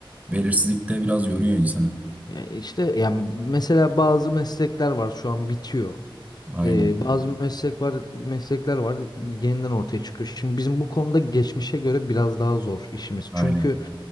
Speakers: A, on the right; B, on the left.
A: belirsizlik de biraz yoruyor insanı.
B: Ya işte yani mesela bazı meslekler var şu an bitiyor.
A: Aynen.
B: Ee, bazı meslek var, meslekler var yeniden ortaya çıkıyor. Şimdi bizim bu konuda geçmişe göre biraz daha zor işimiz.
A: Aynen.
B: Çünkü